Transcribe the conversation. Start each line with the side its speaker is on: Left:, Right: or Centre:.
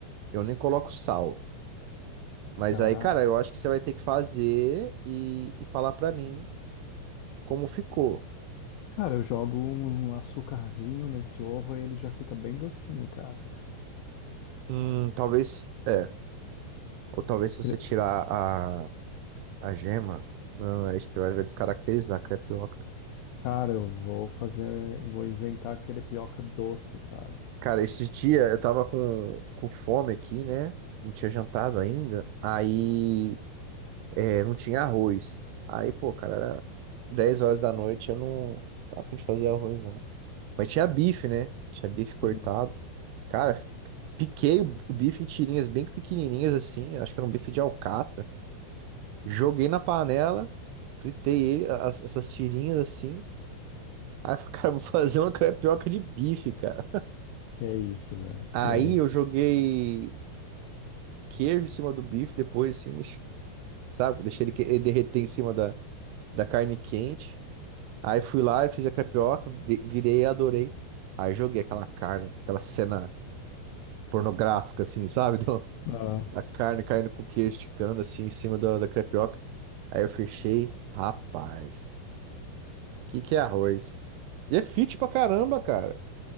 Right: Eu nem coloco sal. Mas
Left: Cara,
Right: aí, cara, eu acho que você vai ter que fazer e, e falar pra mim como ficou.
Left: cara, eu jogo um açucarzinho nesse ovo e ele já fica bem docinho, cara.
Right: Hum, talvez, é. Ou talvez se você
Left: Cre-
Right: tirar a, a gema, não, é, acho que vai vai descaracterizar a crepioca.
Left: Cara, eu vou fazer, vou inventar crepioca doce, cara.
Right: Cara, esses dias eu tava com, com fome aqui, né? Não tinha jantado ainda. Aí, é, não tinha arroz. Aí, pô, cara, era 10 horas da noite, eu não tava a fim de fazer arroz, não. Mas tinha bife, né? Tinha bife cortado.
Left: Hum.
Right: Cara, piquei o o bife em tirinhas bem pequenininhas assim, acho que era um bife de alcatra. Joguei na panela, fritei ele, a- as- essas tirinhas assim. Aí eu falei, <laughs> cara, vou fazer uma crepioca de bife, cara.
Left: Que é isso, velho?
Right: Aí
Left: E aí?
Right: eu joguei queijo em cima do bife depois, assim, mex- sabe? Deixei ele, que- ele derreter em cima da, da carne quente. Aí fui lá e fiz a crepioca, vi- virei e adorei. Aí joguei aquela carne, aquela cena pornográfica, assim, sabe? <laughs>
Left: Ah,
Right: a carne caindo com o queijo esticando assim em cima da, da crepioca. Aí eu fechei, rapaz, que que é arroz? E é fit pra caramba, cara.